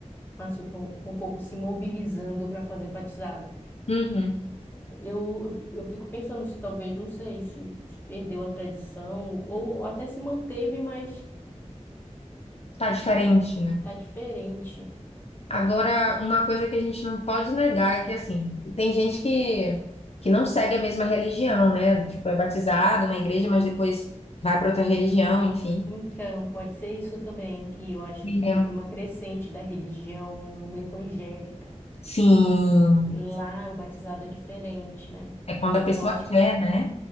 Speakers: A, on the left (about 15°); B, on the left (about 55°).
A: assim, o po- o povo se mobilizando para fazer batizado.
B: Uhum.
A: Eu, eu fico pensando se talvez, não sei, se, se perdeu a tradição ou até se manteve, mas
B: Tá diferente,
A: hum,
B: né?
A: tá diferente.
B: Agora, uma coisa que a gente não pode negar é que, assim, tem gente que, que não segue a mesma religião, né? Tipo, é batizado na igreja, mas depois vai para outra religião, enfim.
A: Então, pode ser isso também, que eu acho que teve
B: É,
A: uma crescente da religião evangélica.
B: Sim,
A: E lá o batizado é diferente, né?
B: é quando
A: É
B: a pessoa
A: só, acho que
B: quer,
A: isso
B: né?